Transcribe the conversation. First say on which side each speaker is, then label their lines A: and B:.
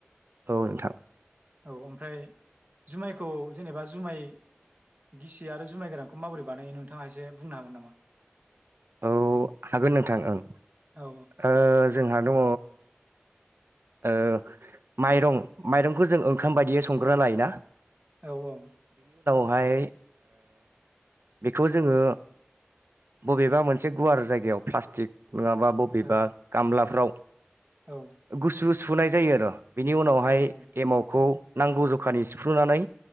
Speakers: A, on the right; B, on the right.
A: औ नोंथां
B: औ ओमफ्राय जुमायखौ जेनेबा जुमाय गिसि आरो जुमाय गोरानखौ माबोरै बानायो नोंथाङा एसे बुंनो हागोन नामा?
A: औ हागोन नोंथां ओं
B: औ
A: ओ जोंहा दङ ओ माइरं माइरंखौ जों ओंखाम बायदियै संग्रोना लायोना?
B: औ औ
A: ओमफाय बेखौ जोङो बबेबा मोनसे गुवार जायगायाव प्लास्टिक नङाबा बबेबा
B: औ
A: गामलाफ्राव
B: औ
A: गुसु सुहुनाय जायो आरो बिनि उनावहाय
B: औ औ
A: एमावखौ नांगौ जखानि सिफ्रुनानै